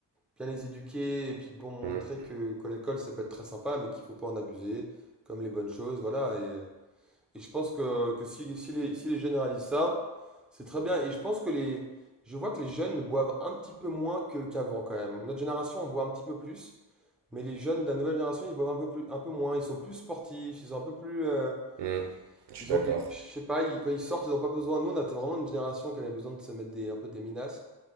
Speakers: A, in the centre; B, on the right (about 65°).
A: bien les éduquer et puis bon montrer
B: Hum,
A: que, que l'école ça peut être très sympa mais qu'il faut pas en abuser comme les bonnes choses voilà et, euh, et je pense que, que si, si les, si les jeunes réalisent ça c'est très bien et je pense que les je vois que les jeunes boivent un petit peu moins que qu'avant quand même notre génération on boit un petit peu plus mais les jeunes de la nouvelle génération ils boivent un peu plus un peu moins ils sont plus sportifs ils sont un peu plus euh,
B: hum. Je suis
A: ils
B: d'accord.
A: ont ils- je sais pas ils- quand ils sortent ils ont pas besoin nous on était vraiment une génération qui avait besoin de se mettre des un peu des minaces